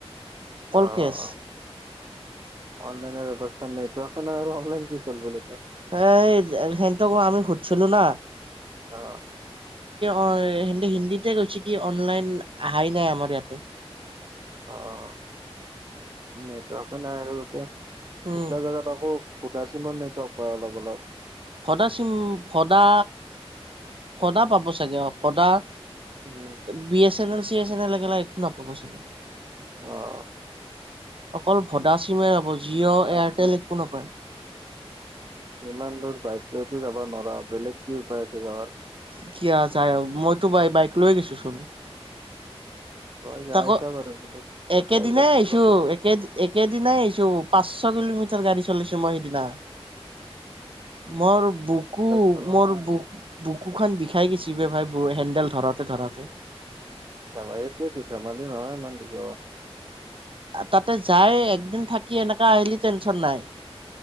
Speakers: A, on the right; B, on the right.
A: অকল
B: অ
A: কেচ
B: অনলাইনৰ ব্যৱস্থা নাই তে আৰু অনলাইন কি চল ব ত
A: হ সেনতক আমি ঘটছিলো ন
B: আহ
A: অ' স হিন্দীতে গৈছে কি অনলাইন অহাই নাই আমাৰ ইয়াতে
B: অ' নটো আছে নাই আৰু
A: উম
B: এইগ্লা জাদাত আকৌ ফুটাচি মান নেটক পাই অলপ অলপ।
A: ভদা চিম ভদা ভদা পাব চাগে অ' ভদা
B: উম
A: বি এছ এন এল চি এছ এন এল একেলা শু নাপাব চাগে।
B: আহ
A: অকল ভদা চিমে ৰ'ব জিঅ'
B: ইমান
A: এয়াৰটেল
B: দূৰ
A: একো নাপায়
B: ইমান দূৰ বাইক লৈটো যাব নোৱাৰা। বেলেগ কি উপায় আছে যাবাৰ?
A: কি আছে মইতো বাই বাইক লৈ গৈছো চোন
B: তই যাই
A: তাকৌ
B: আছা বাৰু কিন্তু
A: একেদিনাই
B: বাইকত
A: আহিছো
B: গাড়ী
A: একে একেদিনাই আহিছোঁ পাঁচশ কিলোমিটাৰ গাড়ী চলিছো মই সেইদিনা। মোৰ বুকু
B: চলা
A: মোৰ
B: নাই
A: বু বুকু খান বিষাই গেছি বে ভাই হেণ্ডেল ধৰাতে ধৰাতে
B: ধেমীটোয়ো <inaudible> ধেমালি নহয় ইমান দুজ
A: তাতে যাই একদিন থাকি এনেকা আহিলি টেনচন নাই